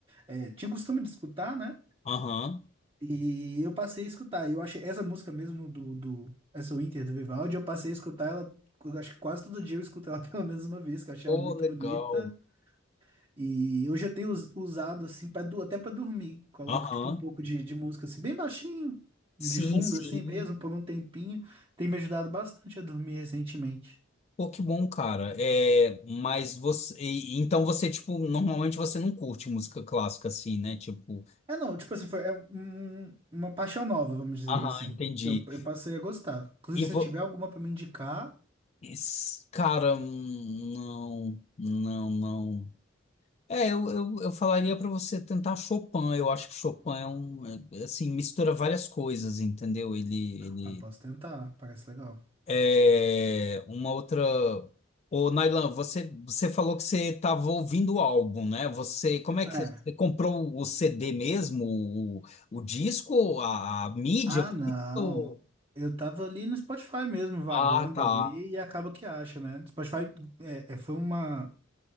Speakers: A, on the right; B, on the left.
A: é, tinha costume de escutar, né?
B: Aham.
A: E eu passei a escutar. E Eu achei essa música mesmo do, do essa Winter do Vivaldi, eu passei a escutar ela, eu acho que quase todo dia eu escuto ela <laughs> pelo menos uma vez, que eu achei
B: Pô,
A: ela muito
B: legal.
A: bonita. E hoje eu tenho us- usado assim para até para dormir. Coloco
B: Aham.
A: tipo um pouco de, de música assim bem baixinho, de
B: Sim,
A: fundo
B: sim.
A: assim mesmo, por um tempinho. Tem me ajudado bastante a dormir recentemente.
B: Pô, que bom, cara. É, mas você. e- Então você, tipo, normalmente você não curte música clássica assim, né? Tipo.
A: É não, tipo assim, foi é um- uma paixão nova, vamos dizer
B: Aham,
A: assim.
B: entendi.
A: Eu, eu passei a gostar. Inclusive,
B: E
A: se
B: vo...
A: você tiver alguma para me indicar,
B: is- Cara, hum, não, não, não. É, eu, eu, eu falaria para você tentar Chopin. Eu acho que Chopin é um, é, assim, mistura várias coisas, entendeu? Ele, ele
A: ah, posso tentar, parece legal.
B: é uma outra. Ô, Nailan, você, você falou que você estava ouvindo o álbum, né? Você, como é
A: É.
B: que você comprou o CD mesmo, o, o disco, a, a mídia?
A: Ah, não.
B: Ou-
A: Eu tava ali no Spotify mesmo, vagando
B: Ah, tá.
A: ali, e acaba que acha, né? Spotify é, é, foi uma,